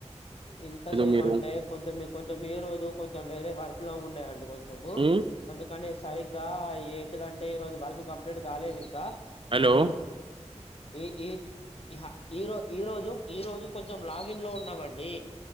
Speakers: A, on the left (about 55°); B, on the right (about 50°).
A: ఇంతసేపు
B: మీరు
A: అంటే కొంచెం మీ కొంచెం ఈ రోజు కొంచెం వేరే వర్క్ లో ఉండెయండి కొంచెం ము
B: ఉమ్
A: అందుకని సరిగ్గా ఏంటిది అంటే ఈరోజు వర్క్ కంప్లీట్ కాలేదు ఇంకా
B: హలో
A: ఏ ఇ ఈహ ఈరో ఈరోజు ఈరోజు కొంచెం లాగిన్ లో ఉన్నామండి